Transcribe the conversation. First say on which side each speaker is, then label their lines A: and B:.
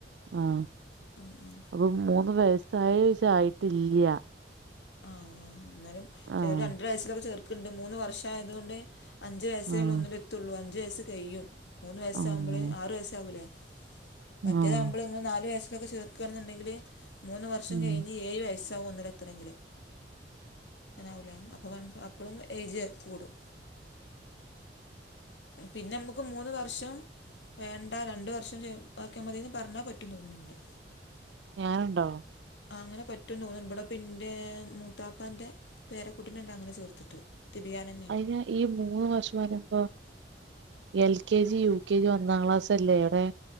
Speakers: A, on the right (about 75°); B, on the left (about 75°).
A: ആഹ്
B: ആഹ് ആഹ്
A: അപ്പൊ മൂന്ന് വയസ്സായോ ചോയ്ച്ചാ ആയിട്ടില്ല്യ
B: ആഹ് ഇന്നാലും
A: ആഹ്
B: ചെലോര് രണ്ടര വയസിലൊക്കെ ചേർക്ക്ണ്ട് മൂന്ന് വർഷം ആയത്കൊണ്ട് അഞ്ച് വയസ്സിലൊള്ളൂ
A: ആഹ്
B: ഒന്നിലെത്തൊള്ളൂ അഞ്ച് വയസ്സ് കയ്യും മൂന്ന് വയസ്സാവുമ്പള്
A: ആഹ്
B: ആറ് വയസ് ആവൂലേ മറ്റേതാവുമ്പള്
A: ആഹ്
B: ഇങ്ങള് നാലു വയസ്സിലൊക്കെ ചേർക ക്കാണ്ന്ന്ണ്ടെങ്കില് മൂന്ന് വർഷം
A: ഉം
B: കയ്ഞ്ഞ് ഏയ് വയസ്സാവും ഒന്നിലെത്തണങ്കില് അങ്ങനാവൂലേ അപ്പ വൺ അപ്പളും ഏജ് കൂടും പിന്നെ അമ്മക്ക് മൂന്ന് വർഷം വേണ്ട രണ്ട് വർഷം ജ് ആക്ക്യാ മതീന്ന് പറഞ്ഞാ പറ്റും തോന്ന്ണ് ണ്ട്
A: ഞാനുണ്ടോ
B: ആഹ് അങ്ങനെ പറ്റുംന്ന് തോന്ന്ണ് ഇബടെപ്പ ഇൻ്റെ മൂത്താപ്പാന്റെ പേരക്കുട്ടിനെണ്ട് അങ്ങനെ ചേർത്ത്ട്ട് തിബ്‌യാന
A: അയിന് ഈ മൂന്ന് വർഷം പറിമ്പൊ L K G U K G ഒന്നാം ക്ലാസ് അല്ലേ അവടെ